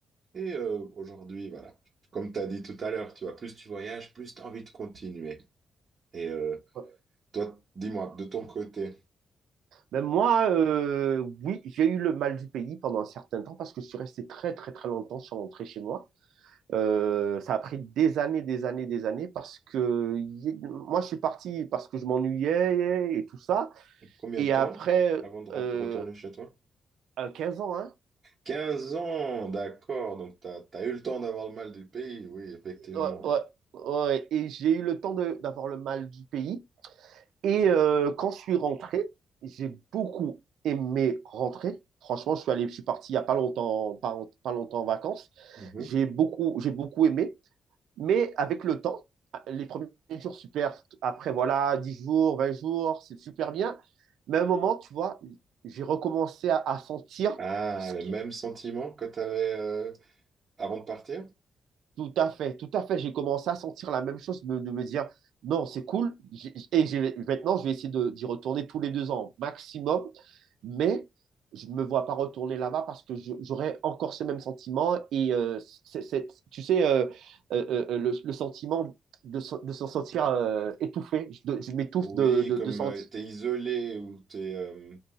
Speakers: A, on the right; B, on the right.
A: Et euh, aujourd'hui, voilà. Comme tu as dit tout à l'heure, tu vois, plus tu voyages, plus tu as envie de continuer. Et euh,
B: ça.
A: toi, dis-moi, de ton côté,
B: Même moi, euh, oui, j'ai eu le mal du pays pendant un certain temps parce que je suis resté très, très, très longtemps sans rentrer chez moi. Euh, ça a pris des années, des années, des années parce que y- moi, je suis parti parce que je m'ennuyais et tout ça.
A: combien
B: Et
A: de temps
B: après,
A: avant de rent-
B: euh,
A: retourner chez toi?
B: à 15 ans, hein,
A: Quinze ans, d'accord. Donc, tu as, eu le temps d'avoir le mal du pays, oui, effectivement.
B: Ouais, ouais, ouais. Et j'ai eu le temps de- d'avoir le mal du pays. Et euh, quand je suis rentré, j'ai beaucoup aimé rentrer. Franchement, je suis allé, je suis parti il n'y a pas longtemps, pas, pas longtemps en vacances.
A: Mhm.
B: J'ai beaucoup, j'ai beaucoup aimé. Mais avec le temps, les premiers jours, super. Après, voilà, 10 jours, 20 jours, c'est super bien. Mais à un moment, tu vois, j'ai recommencé à, à sentir
A: Ah,
B: ce
A: le
B: qui,
A: même sentiment que tu avais avant de partir?
B: Tout à fait, tout à fait. J'ai commencé à sentir la même chose, me- de me dire, non, c'est cool. J'ai- Et j'ai- maintenant, je vais essayer de- d'y retourner tous les deux ans maximum. Mais je ne me vois pas retourner là-bas parce que je- j'aurais encore ce même sentiment. Et euh, c'est- c'est- tu sais, euh, euh, euh, euh, le, le sentiment de, se- de se sentir euh, étouffé. Je, de- je m'étouffe
A: Oui,
B: de, de,
A: comme
B: de sentir.
A: euh, t'es isolé ou t'es... euh,